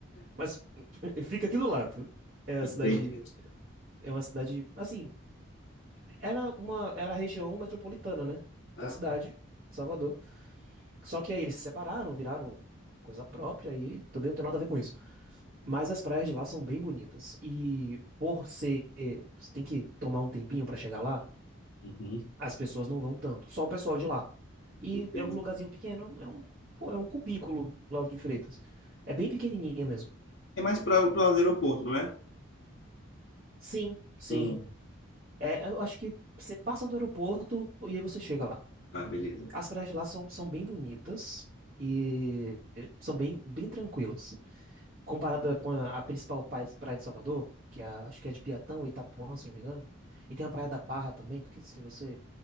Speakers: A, on the right (about 45°); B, on the left (about 65°).
A: mas <laughs> fica aqui do lado. É a
B: Entendi.
A: cidade, é uma cidade, assim, era uma era a região metropolitana, né,
B: Ah,
A: da cidade,
B: tá.
A: de Salvador. Só que aí eles se separaram, viraram coisa própria e também não tem nada a ver com isso. Mas as praias de lá são bem bonitas e por ser, você tem que tomar um tempinho pra chegar lá.
B: Uhum.
A: As pessoas não vão tanto, só o pessoal de lá. E
B: Entendi.
A: é um lugarzinho pequeno, é um, pô, é um cubículo, Lauro de Freitas. É bem pequenininha mesmo.
B: É mais para o aeroporto, não é?
A: Sim, sim.
B: Hum.
A: É, eu acho que você passa do aeroporto e aí você chega lá.
B: Ah, beleza.
A: As praias de lá são, são bem bonitas e são bem, bem tranquilas. Comparada com a, a principal praia praia de Salvador, que é a- acho que é de Piatã ou Itapuã, se não me engano. E tem a Praia da Barra também, porque se você,